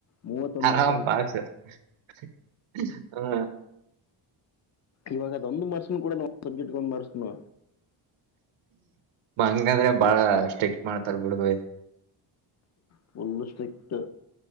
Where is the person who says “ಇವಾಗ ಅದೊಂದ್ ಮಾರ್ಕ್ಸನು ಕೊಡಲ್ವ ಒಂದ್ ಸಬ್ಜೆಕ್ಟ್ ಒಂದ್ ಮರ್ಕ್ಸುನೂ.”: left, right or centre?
Left